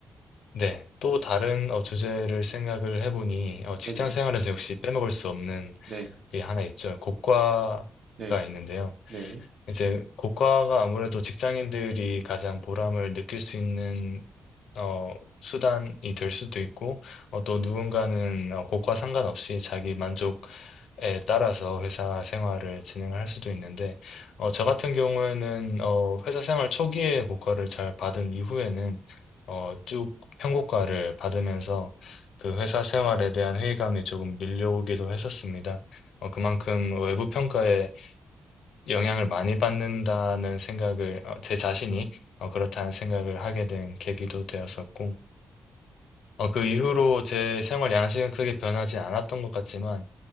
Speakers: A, on the left; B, on the right.
A: 네. 또 다른 어, 주제를 생각을 해보니 어, 직장
B: 네네.
A: 생활에서 역시 빼먹을 수 없는
B: 네.
A: 게 하나 있죠. 고과가
B: 네.
A: 있는데요.
B: 네.
A: 이제 고과가 아무래도 직장인들이 가장 보람을 느낄 수 있는 어, 수단이 될 수도 있고 어, 또 누군가는 어, 고과 상관없이 자기 만족에 따라서 회사 생활을 진행할 수도 있는데 어, 저 같은 경우에는 어, 회사 생활 초기에 고과를 잘 받은 이후에는 어, 쭉 평고과를 받으면서 그 회사 생활에 대한 회의감이 조금 밀려오기도 했었습니다. 어, 그만큼 외부 평가에 영향을 많이 받는다는 생각을 어, 제 자신이 어, 그렇다는 생각을 하게 된 계기도 되었었고 어, 그 이후로 제 생활 양식은 크게 변하지 않았던 것 같지만